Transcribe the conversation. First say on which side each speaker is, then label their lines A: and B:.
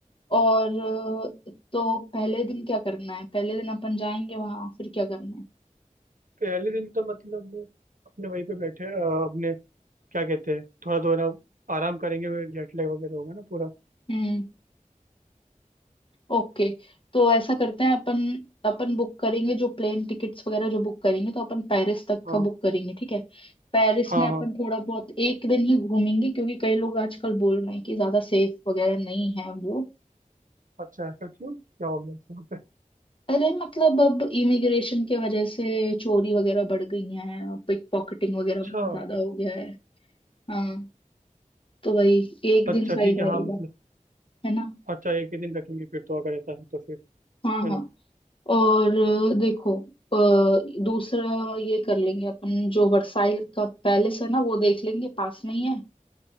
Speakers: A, on the left; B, on the right.
A: और अ, तो पहले दिन क्या करना है पहले दिन अपन जाएंगे वहां फिर क्या करना है
B: पहले दिन तो मतलब वो अपने वहीं पे बैठे अ, अपने क्या कहते हैं थोड़ा तो है ना आराम करेंगे जेट लैग वगैरह होगा ना पूरा
A: हम्म ओके तो ऐसा करते हैं अपन अपन बुक करेंगे जो प्लेन टिकट्स वगैरह जो बुक करेंगे तो अपन पेरिस तक
B: हाँ
A: का बुक करेंगे ठीक है पेरिस
B: हाँ
A: में अपन
B: हाँ
A: थोड़ा बहुत एक दिन ही घूमेंगे क्योंकि कई लोग आजकल बोल रहे हैं कि ज्यादा सेफ वगैरह नहीं है वो
B: अच्छा ऐसा क्यों क्या हो गया यहाँ पे
A: अरे मतलब अब इमिग्रेशन के वजह से चोरी वगैरह बढ़ गई है पिक पॉकेटिंग वगैरह
B: अच्छा
A: ज्यादा हो गया है हाँ तो वही एक
B: अच्छा
A: दिन सही
B: ठीक है
A: रहेगा
B: हाँ मतलब
A: है ना
B: अच्छा एक ही दिन रखेंगे फिर तो अगर ऐसा है तो फिर
A: हाँ
B: है
A: हाँ
B: ना
A: और अ, देखो अ, दूसरा ये कर लेंगे अपन जो वर्साइल का पैलेस है ना वो देख लेंगे पास में ही है